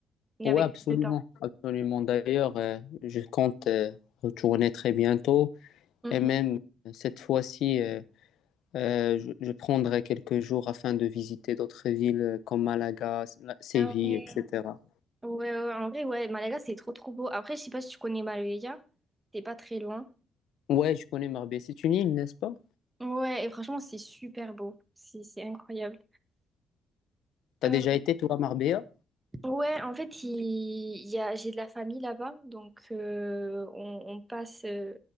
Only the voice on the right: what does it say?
Mais
avec
plus de temps.
Mhm.
Ah ouais.
Ouais, ouais, ouais. en vrai, ouais, Malaga, c'est trop, trop beau. Après, je sais pas si tu connais Marbella. T'es pas très loin.
Ouais, et franchement, c'est super beau. C'est, c'est incroyable.
Euh,
ouais, en fait, il, il y a, j'ai de la famille là-bas. Donc, euh, on, on passe, euh,